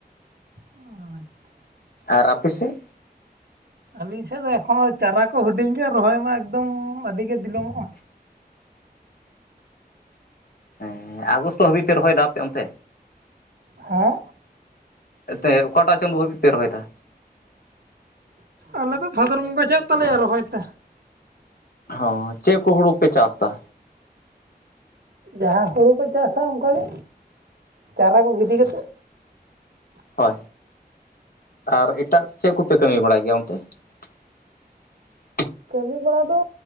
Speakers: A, on the right (about 75°); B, on the left (about 65°).
A: ᱚᱻ ᱟᱪᱪᱷᱟ
B: ᱟᱨ ᱟᱯᱮ ᱥᱮᱫ
A: ᱟᱹᱞᱤᱧ ᱥᱮᱫ ᱫᱚ ᱮᱠᱷᱚᱱᱚ ᱪᱟᱨᱟ ᱠᱚ ᱦᱩᱰᱤᱧ ᱜᱮ ᱨᱚᱦᱚᱭ ᱢᱟ ᱮᱠᱫᱚᱢ ᱟᱹᱰᱤ ᱜᱮ ᱵᱤᱞᱚᱢᱚᱜ-ᱟ
B: ᱦᱮᱸ ᱟᱜᱚᱥᱴᱚ ᱦᱟᱹᱵᱤᱡ ᱯᱮ ᱨᱚᱦᱚᱭ ᱫᱟ ᱟᱯᱮ ᱚᱱᱛᱮ
A: ᱦᱚᱸ
B: ᱮᱛᱮ ᱚᱠᱟᱴᱟᱜ ᱪᱟᱸᱫᱳ ᱦᱟᱹᱵᱤᱡ ᱯᱮ ᱨᱚᱦᱚᱭ ᱫᱟ
A: ᱟᱞᱮ ᱫᱚ ᱵᱷᱟᱫᱚᱨ ᱵᱚᱸᱜᱟ ᱪᱟᱜ ᱛᱟᱞᱮᱭᱟ ᱨᱚᱦᱚᱭ ᱛᱮ
B: ᱦᱚᱸ ᱪᱮᱫ ᱠᱚ ᱦᱳᱲᱳ ᱯᱮ ᱪᱟᱥ ᱫᱟ
A: ᱡᱟᱦᱟ ᱦᱳᱲᱩ ᱠᱚ ᱪᱟᱥᱟ ᱚᱝᱠᱟᱜᱮ ᱪᱟᱨᱟ ᱠᱚ ᱜᱤᱰᱤ ᱠᱟᱛᱮᱜ
B: ᱚ ᱟᱨ ᱮᱴᱟᱜ ᱪᱮᱫ ᱠᱚᱯᱮ ᱠᱟᱹᱢᱤ ᱵᱟᱲᱟᱭ ᱜᱮᱭᱟ ᱚᱱᱛᱮ <unintelligible>
A: ᱠᱟᱹᱢᱤ ᱵᱟᱲᱟ ᱫᱚ